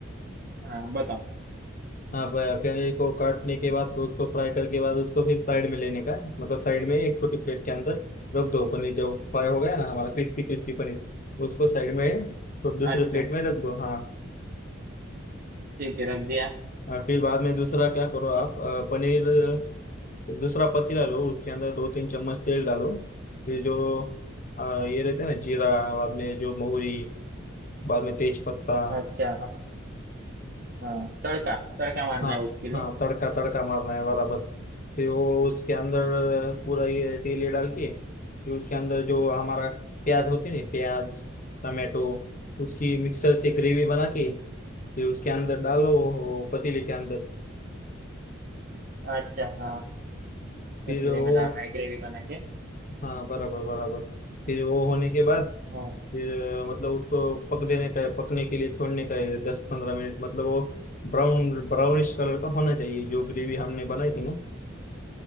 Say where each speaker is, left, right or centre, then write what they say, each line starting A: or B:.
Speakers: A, on the right (about 50°); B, on the left (about 40°).
A: हाँ बताओ
B: हाँ ब- पनीर को काटने के बाद तो उसको फ्राई करके बाद उसको फिर साइड में लेने का है मतलब साइड में एक छोटी प्लेट के अंदर रख दो पनीर जो फ्राई हो गया ना हमारा क्रिस्पी क्रिस्पी पनीर उसको साइड में तो दूसरे
A: अच्छा
B: प्लेट में रख दो हाँ
A: ठीक है रख दिया
B: और फिर बाद में दूसरा क्या करो आप अ, पनीर अ, दूसरा पतीला लो उसके अंदर दो तीन चम्मच तेल डालो फिर जो अ, ये रहते हैं ना जीरा बाद में जो मोहरी बाद में तेज पत्ता
A: अच्छा हाँ हाँ तड़का तड़का मारना
B: हाँ
A: है उसके लिए
B: हाँ तड़का तड़का मारना है बराबर फिर वो उसके अंदर पूरा ये तेल ये डाल के फिर उसके अंदर जो हमारा प्याज होती है ना प्याज टमाटो उसकी मिक्सर से ग्रेवी बना के फिर उसके अंदर डालो वो पतीले के अंदर
A: अच्छा हाँ
B: फिर
A: पतीले
B: वो
A: में डालना है ग्रेवी बना के
B: हाँ बराबर बराबर फिर वो होने के बाद
A: हाँ
B: फिर अ, मतलब उसको पक देने का है पकने के लिए छोड़ने का है दस पंद्रह मिनट मतलब वो ब्राउन ब्राउनिश कलर का होना चाहिए जो ग्रेवी हमने बनाई थी ना